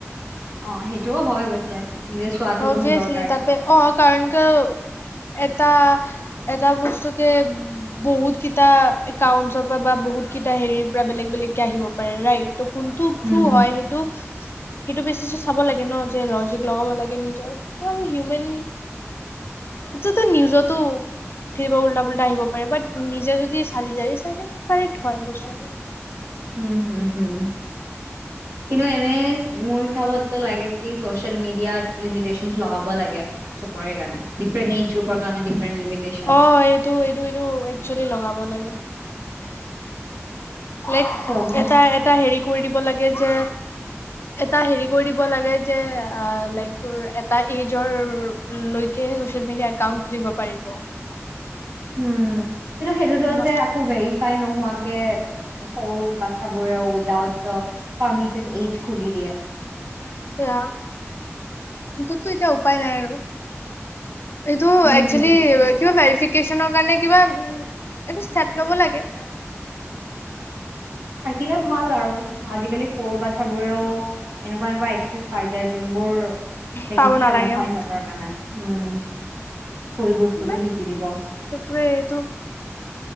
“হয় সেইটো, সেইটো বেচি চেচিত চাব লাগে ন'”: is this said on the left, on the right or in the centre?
Left